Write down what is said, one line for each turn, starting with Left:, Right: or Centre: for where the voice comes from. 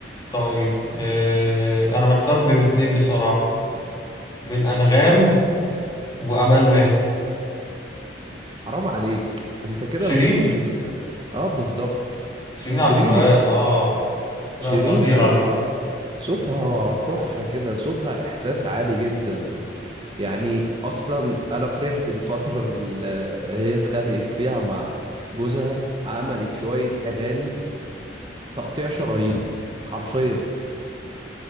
Left: طيب آه انا محتار بين اتنين بصراحة بين انغام وامال ماهر
Right: حرام عليك انت كده
Left: شيرين
Right: ما جبتش ال... اه بالظبط
Left: شيرين
Right: شيرين
Left: عبد الوهاب اه لا
Right: شيرين
Left: فظيعة
Right: صوتها
Left: دي
Right: صوتها تحفة كده صوتها إحساس عالي جدا يعني أصلا أنا فرحت الفترة اللي هي اتخانقت فيها مع جوزها عملت شوية أغاني تقطيع شرايين حرفيا